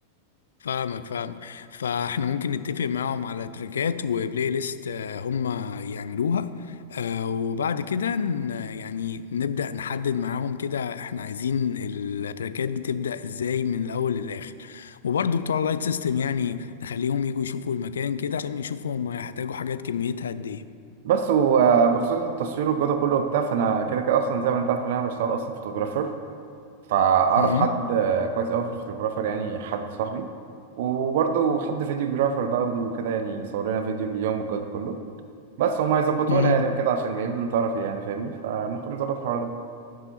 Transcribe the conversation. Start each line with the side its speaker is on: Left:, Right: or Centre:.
Left: فاهمك فاهمك فاحنا ممكن نتفق معاهم على تراكات وبلاي ليست آه، هم يعملوها آه، وبعد كده ن- يعني نبدأ نحدد معاهم كده احنا عايزين التراكات دي تبدأ ازاي من الاول للاخر وبرضو بتوع اللايت سيستم يعني نخليهم يجوا يشوفوا المكان كده عشان يشوفوا هم هيحتاجوا حاجات كميتها قد ايه
Right: بس وبخصوص التصوير والجودة كله وبتاع فأنا كده كده أصلا زي ما أنت عارف إن أنا بشتغل أصلا فوتوغرافر فأعرف
Left: مم.
Right: حد كويس أوي في الفوتوغرافر يعني حد صاحبي وبرضه حد فيديوجرافر برضه وكده يعني يصور لنا فيديو اليوم والجودة كله بس هما يظبطونا
Left: مم.
Right: يعني وكده عشان جايين من طرفي يعني فاهمني فممكن نظبط الحوار ده